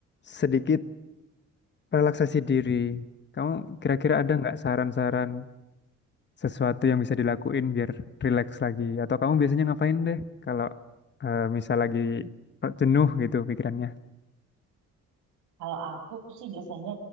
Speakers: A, on the left; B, on the right.
A: sedikit relaksasi diri. Kamu kira-kira ada nggak saran-saran sesuatu yang bisa dilakuin biar relax lagi? Atau kamu biasanya ngapain deh kalau eh, misal lagi eh, jenuh gitu pikirannya?
B: Kalau aku sih biasanya